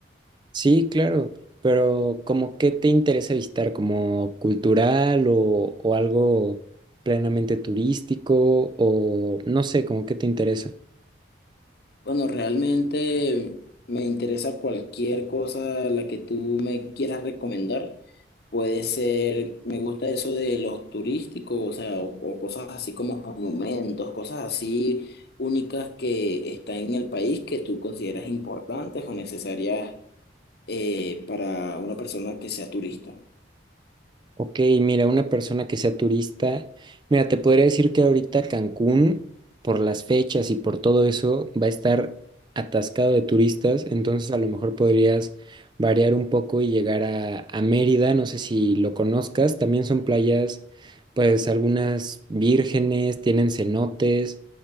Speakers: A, on the right (about 25°); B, on the left (about 55°).
A: Sí, claro, pero ¿cómo qué te interesa visitar? ¿Como cultural o, o algo plenamente turístico o no sé, ¿cómo qué te interesa?
B: Bueno, realmente me interesa cualquier cosa la que tú me quieras recomendar. Puede ser, me gusta eso de los turísticos, o sea, o, o cosas así como monumentos, cosas así únicas que están en el país que tú consideras importantes o necesarias eh, para una persona que sea turista.
A: Ok, mira, una persona que sea turista, mira, te podría decir que ahorita Cancún, por las fechas y por todo eso, va a estar atascado de turistas, entonces a lo mejor podrías variar un poco y llegar a, a Mérida, no sé si lo conozcas, también son playas, pues algunas vírgenes, tienen cenotes,